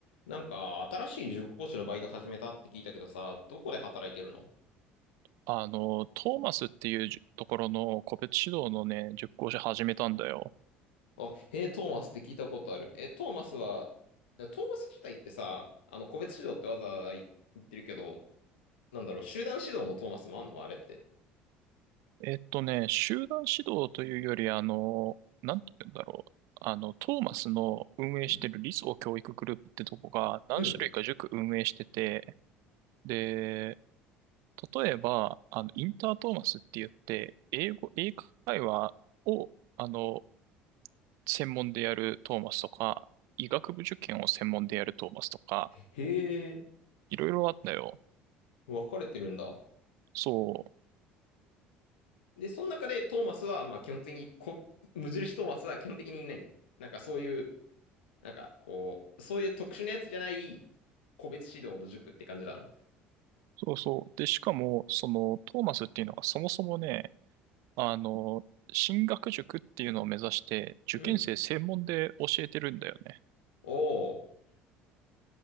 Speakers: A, on the left (about 75°); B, on the right (about 60°).
A: なんか、新しい塾講師のバイト始めたって聞いたけどさ、どこで働いてるの
B: あの、トーマスっていうじところの個別指導のね、塾講師始めたんだよ。
A: あ、へえ、トーマスって聞いたことある。え、トーマスは、トーマス自体ってさ、あの、個別指導ってわざわざ言ってるけど、なんだろう、集団指導のトーマスもあんのあれって。
B: えっとね、集団指導というより、あの、なんて言うんだろう。あの、トーマスの運営してる理想教育グループってとこが何種類か塾運営してて、
A: うん。うん。
B: で、例えば、あの、インタートーマスって言って、英語、英会話を、あの、専門でやるトーマスとか、医学部受験を専門でやるトーマスとか、
A: へえ、
B: いろいろあったよ。
A: 分かれてるんだ。
B: そう。
A: で、その中でトーマスは、まあ基本的にこ、無印トーマスは基本的にいない。なんかそういう、なんかこう、そういう特殊なやつじゃない個別指導の塾って感じなの。
B: そうそう。で、しかも、その、トーマスっていうのはそもそもね、あの、進学塾っていうのを目指して、受験生専門で教えてるんだよね。
A: うん。おー。